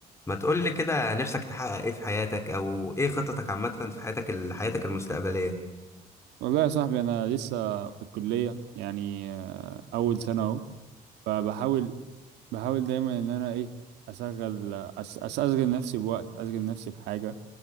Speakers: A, on the left (about 15°); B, on the right (about 85°).
A: ما تقول لي كده نفسك تحقق ايه في حياتك او ايه خططك عامة في حياتك ال- حياتك المستقبلية
B: والله يا صاحبي انا لسه في الكليه يعني آه، اول سنه اهو فبحاول بحاول دايما ان انا ايه اشغل أس أس- اشغل نفسي بوقت اشغل نفسي بحاجه